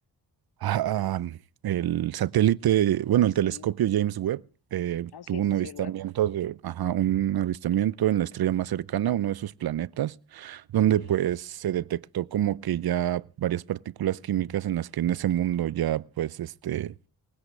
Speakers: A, on the right; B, on the left.
A: Ah, ah, el satélite, bueno, el
B: sí.
A: telescopio James Webb eh,
B: Ah, sí,
A: tuvo un
B: sí,
A: avistamiento
B: sí, el web.
A: de, ajá, un avistamiento en la estrella más cercana, uno de sus planetas, donde
B: Sí,
A: pues se detectó como que ya varias partículas químicas en las que en ese mundo ya pues este